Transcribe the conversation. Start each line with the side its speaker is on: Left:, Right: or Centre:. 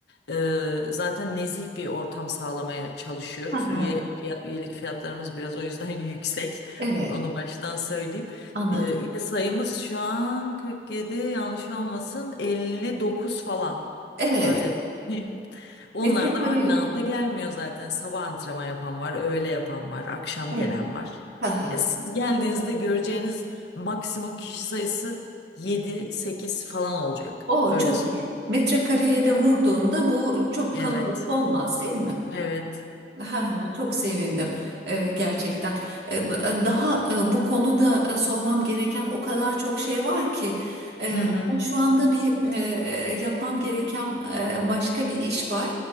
Left: Ee, zaten nezih bir ortam sağlamaya çalışıyoruz.
Right: Hı hı.
Left: Üye, fiya- üyelik fiyatlarımız biraz o yüzden <laughs> yüksek.
Right: Evet,
Left: Onu baştan söyleyeyim.
Right: anladım.
Left: Ee, üye sayımız şu an 47 yanlış olmasın 59 falan.
Right: Evet,
Left: Öyle söyleyeyim. <laughs> Onlar
Right: metrekare.
Left: da aynı anda gelmiyor zaten. Sabah antrenman yapan var, öğle yapan var, akşam
Right: Evet.
Left: gelen var.
Right: Hı hı.
Left: Ya siz geldiğinizde göreceğiniz maksimum kişi sayısı 7-8 falan olacak.
Right: O
Left: Öyle
Right: çok
Left: söyleyeyim.
Right: iyi. Metrekareye de vurduğunda bu çok
Left: Evet.
Right: kalabalık olmaz, değil mi?
Left: Evet.
Right: Ha, çok sevindim e, gerçekten. E, daha e, bu konuda e, sormam gereken o kadar çok şey var ki e,
Left: Hı hı.
Right: ama şu anda bir e, yapmam gereken e, başka bir iş var.